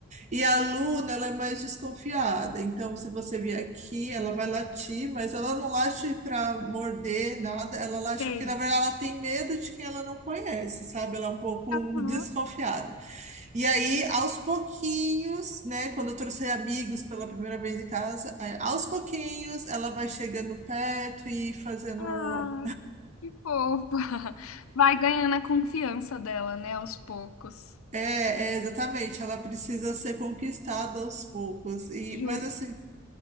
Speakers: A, on the right (about 35°); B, on the left (about 75°).
A: E a Luna, ela é mais desconfiada. Então, se você vier aqui, ela vai latir, mas ela não late para morder nada. Ela late
B: sei.
A: porque, na verdade, ela tem medo de quem ela não conhece, sabe? Ela é um pouco
B: Uhum.
A: desconfiada. E aí, aos pouquinhos, né? Quando eu trouxe amigos pela primeira vez em casa, aí, aos pouquinhos, ela vai chegando perto e fazendo.
B: Ah, que fofa. <laughs> Vai ganhando a confiança dela, né, aos poucos.
A: É, é, exatamente. Ela precisa ser conquistada aos poucos. E,
B: Justo.
A: mas assim.